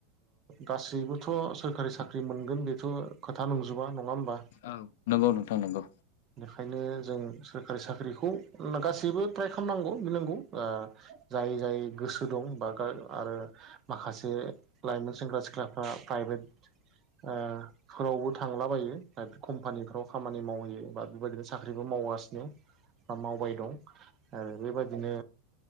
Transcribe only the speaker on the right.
गासैबोथ' सोरखारि साख्रि मोनगोन बेथ' खोथा नंजोबा नङा होमबा
ओंखायनो जों सोरखारि साख्रिखौ गासैबो ट्राइ खालामनांगौ बि <unintelligible> नांगौ जाय जाय गोसो दं बा आरो माखासे लाइमोन सेंग्रा सिख्लाफ्रा फाइ <unintelligible> भद <unintelligible> फोरावबो थांलाबायो प्राइभेट कम्पानिफ्राव खामानि मावहैयो बा बेबायदिनो साख्रिबो माव माव <unintelligible> गासिनो बा मावबाय दं आरो बेबादिनो